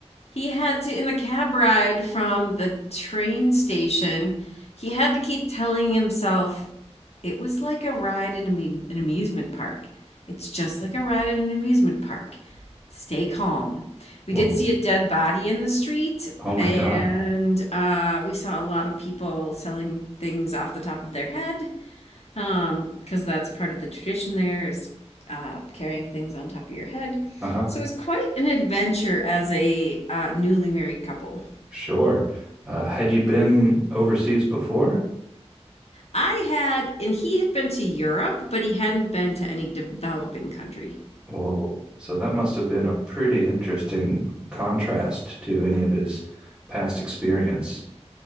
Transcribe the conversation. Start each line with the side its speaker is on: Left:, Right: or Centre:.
Left: He had to, in the cab ride from the train station, he had to keep telling himself it was like a ride in an amusement park. It's just like a ride in an amusement park. Stay calm. We
Centre: Whoa.
Left: did see a dead body in the street,
Centre: Oh my
Left: and
Centre: God.
Left: uh, we saw a lot of people selling things off the top of their head um because that's part of the tradition there is uh carrying things on top of your head
Centre: Uh-huh.
Left: so it was quite an adventure as a uh, newly married couple
Centre: Sure. Uh, had you been overseas before?
Left: i had and he had been to europe but he hadn't been to any developing country
Centre: Whoa. So that must have been a pretty interesting contrast to any of his past experience.